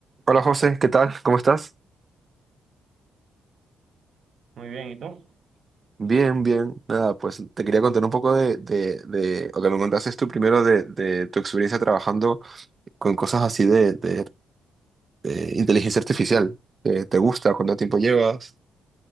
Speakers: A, on the right; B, on the right.
A: Hola José, ¿qué tal? ¿Cómo estás?
B: Muy bien, ¿y tú?
A: Bien, bien. Nada, pues te quería contar un poco de, de, de- o que me contases tú primero de, de tu experiencia trabajando con cosas así de, de- de inteligencia artificial. Eh, ¿Te gusta? ¿Cuánto tiempo llevas?